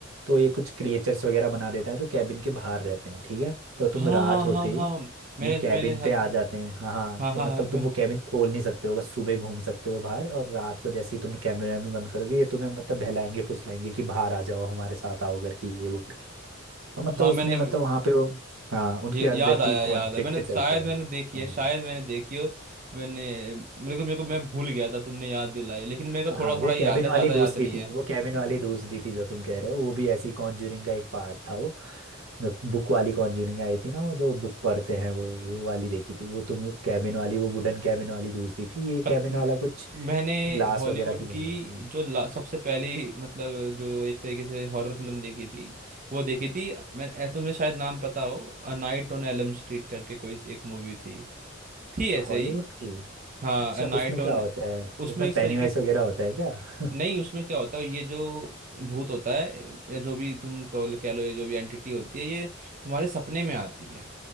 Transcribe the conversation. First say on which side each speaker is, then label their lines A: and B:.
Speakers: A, on the right; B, on the right.
A: तो ये कुछ क्रिएचर्स वगैरह बना देते हैं जो कैबिन के बाहर रहते हैं ठीक है तो तुम
B: हाँ
A: रात
B: हाँ
A: होते
B: हाँ हाँ
A: ही
B: मैंने
A: ये कैबिन
B: मैंने हाँ
A: पे आ जाते हैं हाँ हाँ
B: हाँ
A: तो
B: हाँ
A: मतलब
B: हाँ
A: तुम वो कैबिन खोल नहीं सकते हो बस सुबह घूम सकते हो बाहर और रात को जैसे ही तुम कैमरे में बंद करोगे ये तुम्हें मतलब बहलाएंगे फुसलाएंगे कि बाहर आ जाओ हमारे साथ आओ करके ये वो करके और मतलब
B: हाँ
A: उसमें
B: मैंने
A: मतलब वहां पे वो हाँ उनके
B: ये
A: अंदर
B: याद आया
A: की
B: याद
A: कॉन्फ्लिक्ट
B: आया मैंने
A: चलता
B: शायद
A: है
B: मैंने देखी
A: हम्म,
B: है शायद मैंने देखी हो मैंने मेरे को मेरे को मैं भूल गया था तुमने याद दिलाई लेकिन
A: हाँ
B: मेरे को थोड़ा थोड़ा
A: वो
B: याद
A: कैबिन
B: है
A: वाली
B: ज़्यादा
A: दूसरी
B: याद नहीं
A: थी
B: है
A: वो कैबिन वाली दूसरी थी जो तुम कह रहे हो वो भी ऐसी कॉन्ज्यूरिंग का एक पार्ट था वो जो बुक वाली कॉन्ज्यूरिंग आई थी ना वो जो बुक पढ़ते हैं वो वो वाली देखी थी वो तुम कैबिन वाली वो वुडन कैबिन वाली दूसरी थी ये
B: पत
A: कैबिन
B: म-
A: वाला कुछ
B: मैंने
A: ग्लास
B: हॉलीवुड
A: वगैरह की बनी
B: की
A: होती है
B: जो ला, सबसे पहली मतलब जो एक तरीके से हॉरर फिल्म देखी थी वो देखी थी मैं ऐ- तुम्हें शायद नाम पता हो a night on Elm Street करके कोई एक मूवी थी थी ऐसे
A: हॉलीवुड
B: ही
A: की
B: हाँ
A: अच्छा
B: अ नाइट
A: उसमें क्या
B: ऑन
A: होता है
B: उसमें
A: उसमें
B: इस
A: पेनीवाइज
B: तरीके से
A: वगैरह होता है क्या <laughs>
B: नहीं उसमें क्या होता है ये जो भूत होता है या जो भी तुम कहो- कह लो ये जो भी एंटिटी होती है ये तुम्हारे सपने में आती है